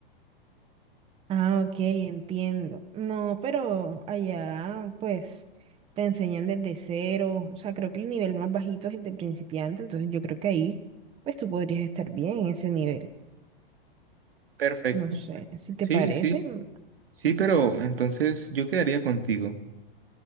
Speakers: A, on the right; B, on the right.
A: Ah, ok, entiendo. No, pero allá pues te enseñan desde cero, o sea, creo que el nivel más bajito es el de principiante, entonces yo creo que ahí pues tú podrías estar bien en ese nivel.
B: Perfecto.
A: No sé, si te
B: Sí,
A: parece.
B: sí,
A: mm,
B: sí, pero entonces yo quedaría contigo.